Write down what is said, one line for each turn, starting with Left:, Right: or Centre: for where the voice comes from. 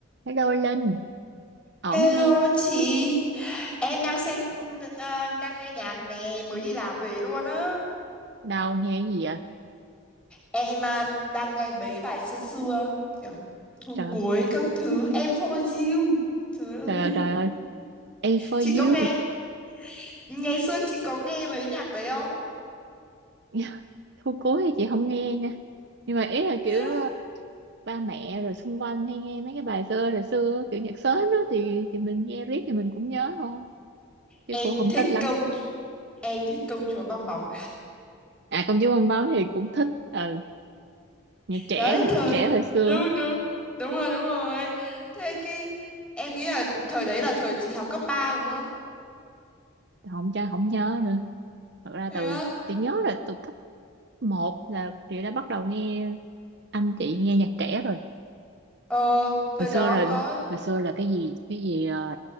Right: Hello Linh, ổn
Centre: Hello
Right: không em?
Centre: chị, em đang xem ừm, à, đang nghe nhạc nè, mới đi làm về luôn á.
Right: Đâu nghe cái gì vậy?
Centre: Em à, đang nghe mấy cái bài xưa xưa kiểu thu
Right: Trời,
Centre: cuối các thứ em for you. Trời ơi,
Right: trời ơi, trời ơi, em for
Centre: chị có nghe
Right: you.
Centre: ngày xưa chị có nghe mấy nhạc đấy không?
Right: <laughs> Thôi cối thì chị không nghe nha. Nhưng mà ý là
Centre: Thế
Right: kiểu
Centre: á.
Right: ờ, ba mẹ rồi xung quanh hay nghe mấy cái bài xưa rồi xưa kiểu nhạc sến đó thì thì mình nghe riết thì mình cũng nhớ thôi chứ
Centre: Em
Right: cũng không
Centre: thích
Right: thích lắm.
Centre: công em thích công chúa bong bóng.
Right: À công chúa bong bóng thì cũng thích, ừ, nhạc trẻ,
Centre: Đấy thời.
Right: trẻ hồi xưa
Centre: Đúng đúng, đúng rồi đúng rồi. Thế cái em nghĩ là thời đấy là thời chị học cấp 3 đúng không?
Right: không cho không nhớ nữa. Thật ra
Centre: Thế
Right: từ
Centre: á.
Right: chị nhớ là từ cấp một là chị đã bắt đầu nghe anh chị nghe nhạc trẻ rồi
Centre: Ờ, thời
Right: hồi xưa
Centre: đó
Right: là
Centre: có
Right: là- hồi xưa là cái gì cái gì ờ,